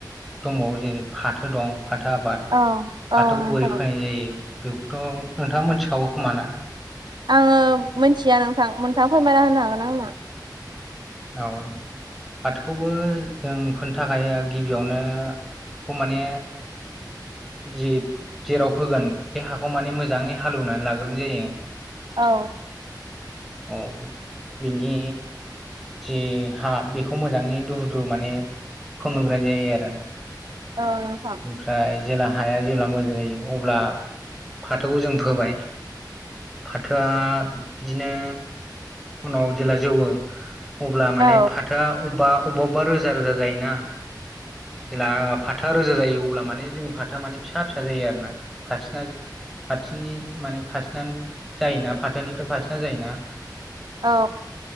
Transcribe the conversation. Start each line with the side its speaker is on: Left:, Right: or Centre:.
Centre: दंबावो जेरै फाथो दं फाथो आबाद
Right: औ
Centre: फाथोखौ
Right: औ नोंथां
Centre: बोरै फोनाय जायो बेखौथ' नोंथाङा मोनथिखागौ खोमाना
Right: आङो मोनथिया नोंथां नोंथाङा फोरमायना होनो हागोन आंनो
Centre: औ फाथोखौबो जों फोनथा गाया गिबियावनो बेखौ माने जि जेराव फोगोन बे हाखौ माने मोजाङै हालौउनानै लाग्रोनाय जायो
Right: औ
Centre: औ बिनि जि हा बेखौ मोजाङै दुहु दुहु माने फोमग्रोनाय जायो आरो
Right: ओ नोंथां
Centre: ओमफ्राय जेला हाया जेला मोजां जायो अब्ला फाथोखौ जों फोबाय फाथोआ बिदिनो उनाव जेला जौवो अब्ला माने
Right: औ
Centre: फाथोआ अबबा अबबाबा रोजा रोजा जायोना जेला फाथोआ रोजा जायो अब्ला माने जोंनि फाथोआ माने फिसा फिसा जायो आरोना फारसेना ज फाथिनि माने फासिना जायोना फाथोनिफ्राय फासिना जायोना
Right: औ